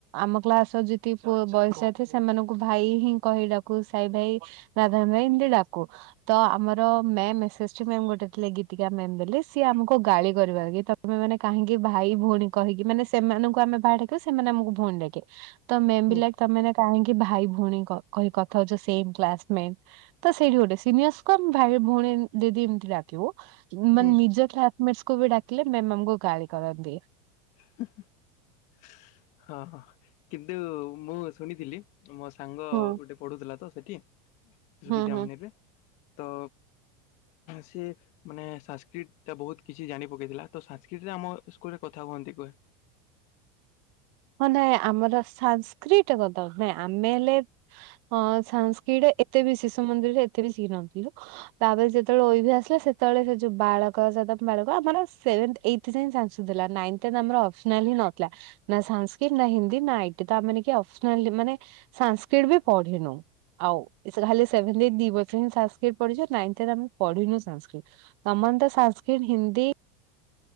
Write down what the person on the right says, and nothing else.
ଆମ କ୍ଲାସର ଯେତିକି ପୁଅ ବୟସିଆ ଥିବେ ସେମାନଙ୍କୁ ଭାଇ ହିଁ କହି ଡାକୁ ସାଇ ଭାଇ ରାଧା ଭାଇ ଏମିତି ଡାକୁ ତ ଆମର ମେ ମେସେସ୍ ଜି ମ୍ୟାମ୍ ଗୋଟେ ଥିଲେ ଗୀତିକା ମ୍ୟାମ୍ ବେଲି ସିଏ ଆମକୁ ଗାଳି କରିବେ ଆଗେ ତମେମାନେ କାହିଁକି ଭାଇ ଭୋଉଣୀ କହିକି ମାନେ ସେ ମାନଙ୍କୁ ଆମେ ଭାଇ ଡକିବୁ ସେମାନେ ଆମକୁ ଭୋଉଣୀ ଡାକିବେ ତ ମେମ୍
ବିଲା ତମେମାନେ କାହିଁକି ଭାଇ ଭଉଣୀ କ କହି କଥା ହୋଉଛ ସେମ୍ କ୍ଲାସମେଟ୍ ତ ସେଇଠି ଗୋଟେ ସିନିୟସ୍ କୁ ଆମେ ଭାଇ ଭୋଉଣୀ ଦିଦି ଏମିତି ଡାକି ବୁ ମାନେ
ନିଜ କ୍ଲାସ୍ ମେଟସ୍ କୁ ବି ଡାକିଲେ ମ୍ୟାମ୍ ଆମକୁ ଗାଳି କରନ୍ତି।
ହୁଁ
ହୁଁ
ହୁଁ।
ହଁ ନାଇଁ ଆମର ସାଂସ୍କ୍ରିଟ୍ ଗଦ ନାଇଁ ଆମେ ହେଲେ ଅ ସାଂସ୍କ୍ରିଟ୍ ରେ ଏତେ ବି ଶିଶୁ ମନ୍ଦିରରେ ଏତେ ବି ଶିଖୀ ନଥିଲୁ ତାପରେ ଯେତେବେଳେ ଆସିଲା ଓ ଏ ଭି ସେତେବେଳେ ସେ ଯୋଉ ବାଳକ ଜେଦପ୍ ବାଳକ ଆମର ସେଭେନ୍ଥ ଏଇଥ୍ ଯାଏଁ ଝାଞ୍ଚୁ ଥିଲା ନାଇନ୍ ଥ୍ ରେ ତ ଆମର ଅପ୍ସ୍ ନାଲ୍ ହିଁ ନଥିଲା। ନା ସାଂସ୍କ୍ରିଟ୍ ନା ହିନ୍ଦୀ ନା ଆଇଟି ତ ଆମେମାନେ କି ଅପ୍ସନାଲି ମାନେ ସାଂସ୍କ୍ରିଟ୍ ବି ପଢିନୁ। ଆଉ ଏସେ ଯାହାଲେ ସେଭେନ୍ଦି ଦି ବର୍ଷ ହିଁ ସାଂସ୍କ୍ରିଟ୍ ପଢ଼ିଚୁ ନାଇନ୍ ଥି ରେ ଆମେ ପଢିନୁ ସାଂସ୍କ୍ରିଟ୍ ତମ ଅନ୍ତ ସାଂସ୍କ୍ରିଟ୍ ହିନ୍ଦୀ